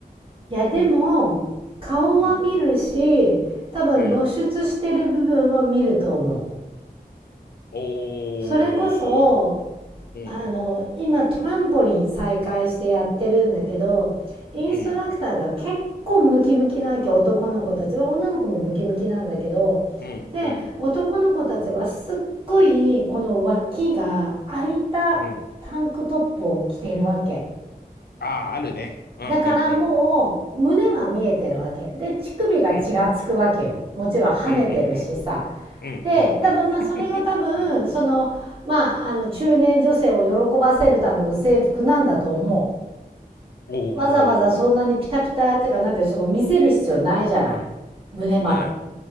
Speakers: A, on the right; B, on the left.
A: いや、でも、顔は見るし、
B: うん、
A: 多分露出してる部分は見ると思う。
B: うん、おー、
A: それこそ、
B: うん、
A: あの、今トランポリン再開してやってるんだけど、インストラクターが結構ムキムキなわけ、
B: うん、
A: 男の子たちは、女の子もムキムキなんだけど、
B: うん、
A: で、
B: うん、
A: 男の子たちはすっごい、この脇が開いたタンクトップを着ているわけ。
B: うん。ああ、あるね。うん、
A: だからもう、
B: うん、うん、
A: 胸は見えてるわけ。で、乳首がちらつくわけよ。
B: うん、
A: もちろん跳ねてるしさ。
B: うん、うん、うん、うん、
A: で多分まあそれが多分そのまああの中年女性を喜ばせるための制服なんだと思
B: うん、うん。<laughs> うんお
A: うわざわざそんなにピタピタってかなんていうのその見せる必要ないじゃない胸まで。
B: お、ない。